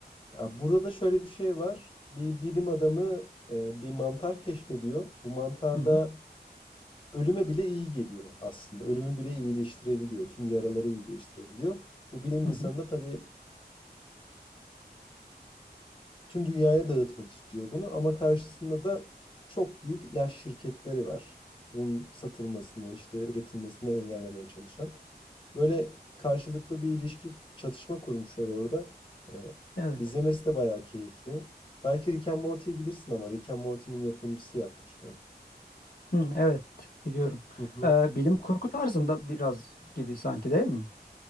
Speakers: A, on the left; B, on the left.
A: Ya burada da şöyle bir şey var. Bir bilim adamı e, bir mantar keşfediyor. Bu mantarda
B: Hı hı,
A: ölüme bile iyi geliyor aslında. Ölümü bile iyileştirebiliyor. Tüm yaraları iyileştirebiliyor. Bu bilim
B: hı
A: insanı
B: hı.
A: da tabii Tüm dünyaya dağıtmak istiyor bunu ama karşısında da çok büyük ilaç şirketleri var. Bunun satılmasını, işte üretilmesini engellemeye çalışan. Böyle karşılıklı bir ilişki, çatışma kurmuşlar orada. Ee,
B: Evet.
A: izlemesi de bayağı keyifli. Belki Rick and Morty'yi bilirsin ama Rick and Morty'nin yapımcısı yapmıştı.
B: Hı, evet biliyorum.
A: Hı hı.
B: Ee, bilim kurgu tarzında biraz gibi sanki değil mi?